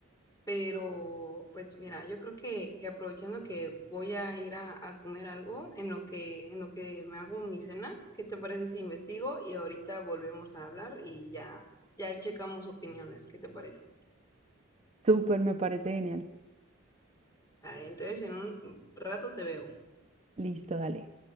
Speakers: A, on the left (about 15°); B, on the right (about 30°).
A: pero pues mira, yo creo que, que aprovechando que voy a ir a, a comer algo en lo que, en lo que me hago mi cena, ¿qué te parece si investigo? Y ahorita volvemos a hablar y ya, ya checamos opiniones, ¿qué te parece?
B: Súper, me parece genial.
A: Dale, entonces en un rato te veo.
B: Listo, dale.